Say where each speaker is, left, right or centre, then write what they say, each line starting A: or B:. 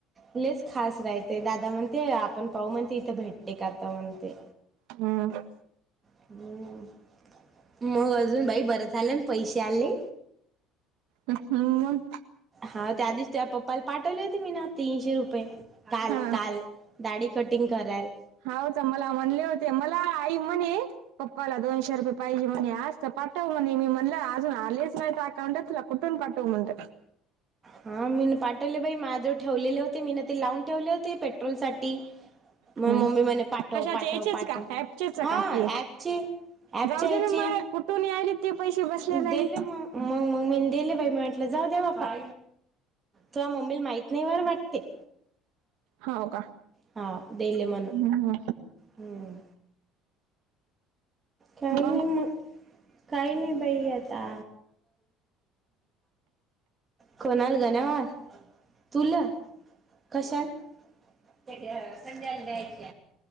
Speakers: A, on the right; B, on the right.
A: ललेच खास राहते दादा म्हणते आपण पाऊ म्हणते इथं भेटते का आता म्हणते.
B: हम्म.
A: ् मग अजून बाई बरंच आलं पैसे आले.
B: हम्.
A: हा त्या दिीच त्या पप्पाला पाठवले होते मी ना तीनशे रुपये. काल
B: हा
A: काल दाढी कटिंग कराल.
B: हा तर मला म्हणले होते मला आई म्हणे. पप्पाला दोनशे रुपये पाहिजेणे आजत पाठव म्हणे मी म्हणलं अजून आलेच नाहीत अकाउंट तु कुठून पाठव. त म्हणंद.
A: हा मी पाठवले बाई माझे ठेवलेले होते मी ना ते लावून ठेवले होते पेट्रोल साठी. म
B: हम्म.
A: मम्मी म पाठव
B: कशाचे
A: पाठव
B: याचेच
A: पाठव
B: का ॲपचेच
A: हा
B: का हे
A: ऍपचे. ॲपच्या
B: जाऊ दे
A: यायची.
B: ना मग कुठून यायलेत ते पैसे. बसल्या जागी
A: दिले मग,, मग मग मी दिले बाई, म्हटलं जाऊ दे बापा. तूया मम्मीला माहित नाही बर वाटते.
B: हो का
A: हा देले म्हण,,
B: हम्म.
A: हम्म, काहीन
B: मग
A: म. काही नाही बाई आता. कोणाल गन्यावाळ तूला कशाल. ध्या द